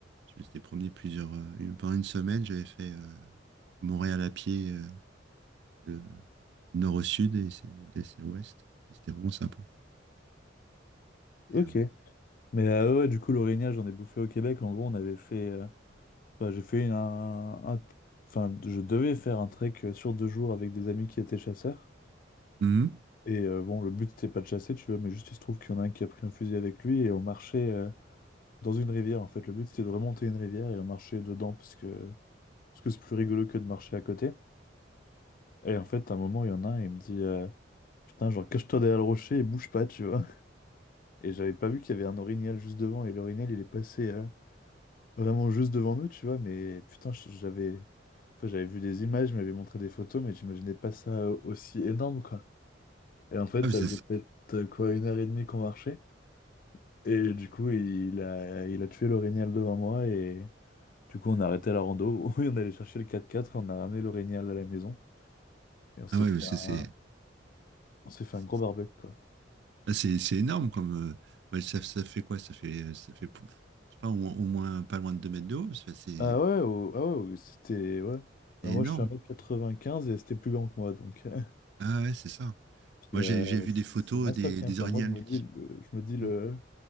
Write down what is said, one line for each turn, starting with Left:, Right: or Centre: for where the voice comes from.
Right: je me suis été promené plusieurs, euh, une- pendant une semaine, j'avais fait euh, Montréal à pied euh, de nord au sud et c'est- d'est à ouest. Et C'était vraiment sympa. Et,
Left: Ok.
Right: euh,
Left: Mais euh, ouais, du coup, l'orignal, j'en ai bouffé au Québec. En gros, on avait fait. euh, enfin, j'ai fait un, un- Enfin, je devais faire un trek euh, sur deux jours avec des amis qui étaient chasseurs.
Right: mhm.
Left: Et euh, bon, le but, c'était pas de chasser, tu vois, mais juste il se trouve qu'il y en a un qui a pris un fusil avec lui et on marchait euh, dans une rivière, en fait. Le but, c'était de remonter une rivière et on marchait dedans parce que parce que c'est plus rigolo que de marcher à côté. Et en fait, à un moment, il y en a un, il me dit euh, Putain, genre, cache-toi derrière le rocher et bouge pas, tu vois. Et j'avais pas vu qu'il y avait un orignal juste devant et l'orignal, il est passé euh, vraiment juste devant nous, tu vois, mais putain, je- j'avais. Enfin, j'avais vu des images, je m'avais montré des photos, mais j'imaginais pas ça euh, aussi énorme, quoi. Et en fait,
Right: Ah,
Left: ça
Right: mais c'est-
Left: faisait peut-être euh, quoi, une heure et demie qu'on marchait. Et du coup, il a, il a tué l'orignal devant moi et du coup, on a arrêté la rando. <laughs> Oui, on allait chercher le quatre quatre on a ramené l'orignal à la maison et on s'est
Right: ah ouais,
Left: fait
Right: mais c'est,
Left: un,
Right: c'est,
Left: on s'est fait
Right: c'est-
Left: un gros barbecue, quoi.
Right: Là, C'est c'est énorme comme. euh, ouais, ça, ça fait quoi? Ça fait, ça fait, pou- je sais pas, au moins, au moins pas loin de 2 mètres de haut. Ça, fait- C'est
Left: Ah ouais, oh, ah ouais, oh, c'était, ouais. Bah,
Right: c'est
Left: moi,
Right: énorme.
Left: je fais 1 m quatre-vingt-quinze et c'était plus grand que moi, donc. <laughs>
Right: Ah ouais, c'est ça.
Left: Puis,
Right: Moi,
Left: euh,
Right: j'ai j'ai vu
Left: c'est
Right: des photos
Left: c'est ma stock,
Right: des,
Left: hein.
Right: des
Left: Enfin,
Right: orignales
Left: moi, je me dis,
Right: qui.
Left: le- je me dis le,
Right: Hmm.